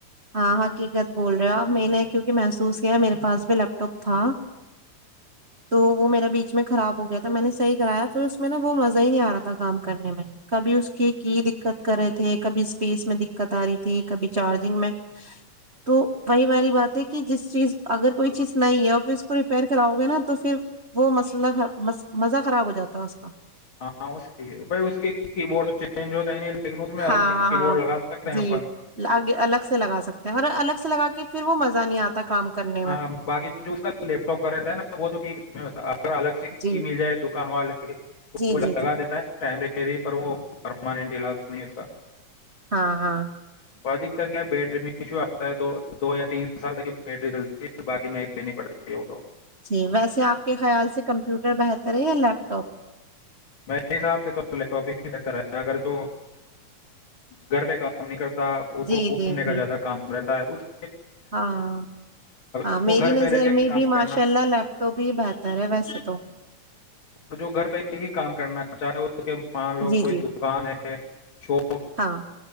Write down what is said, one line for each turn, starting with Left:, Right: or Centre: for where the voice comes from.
Right: ہاں حقیقت بول رہے ہو اب میں نے کیکہ محسوس کیا ہے میرے پس بھی لگ لی ٹاپ تھا تو وہ میرے بیچ میں خراب ہو گیا تھا میں نے صحیح کرایا پھر اس میں نا وہ مزہ ہی نہیں آ رہا تھا کام کرنے میں کبھی اس کی کی دقت کر رہے تھے کبھی اسپیس میں دقت آ رہی تھی کبھی چارجنگ میں تو وہی والی بات ہے کہ جس چیز اگر کوئی چیز نہیں ہے ا پھر اس کو ریپیئر کراؤ گے نا تو پھر وہ مسئلہ مزہ خراب ہو جاتا ہے اس کا
Left: ہاں اس بھائی اس کے کی بورڈ چینج ہوتا ہے نہیں لیکن اس میں الگ
Right: ہاں
Left: سے کی
Right: ہاں
Left: بورڈ لگا سکتے ہیں
Right: جیگ
Left: اپن
Right: الگ سے لگا سکتے ہیں اور الگ سے لگا کے پھر وہ مزہ نہیں آتا کام کرنے
Left: ہاں
Right: میں
Left: باقی جو اس کا لیپ ٹاپ کا رہتا ہے نا وہ تو ٹھیک اگر الگ سے کی
Right: جی
Left: مل جائے تو ک والے <inaudible>
Right: جی
Left: وہ لگا
Right: جی جی
Left: دیتا ہے ٹم پر وہ مانینٹ علاج نہیں اس کا
Right: ہاں ہاں
Left: ادکتر کیا بیٹری میں ایشو آتا ہے دو دو یا تین سال تک یہ بیٹری چل باقی نہیں ل پڑتی تو
Right: جی ویسے آپ کے خیال سے کمپیوٹر بہتر ہے یا لیپ ٹاپ
Left: میںے حساب سے تو لیپٹاپ ہی بہتر ہے اگر جو گھر پہ کام نہیں کرتا اس
Right: جی
Left: کو گھومنے
Right: جی
Left: کا
Right: جی
Left: جاتدا کام رہتا ہے کچھ
Right: ہاں ہاں
Left: اس کو
Right: میری
Left: گھر
Right: نظر
Left: پہ رہ کے
Right: میں
Left: کام
Right: بھی ماشاء
Left: کرنا
Right: اللہ لیپ ٹاپ ہی بہتر ہے ویسے تو
Left: اور جو گھر پہ یہی کام کرنا چاہے مان لو
Right: جی
Left: کوئی
Right: جی
Left: دکان ہے شو
Right: ہاں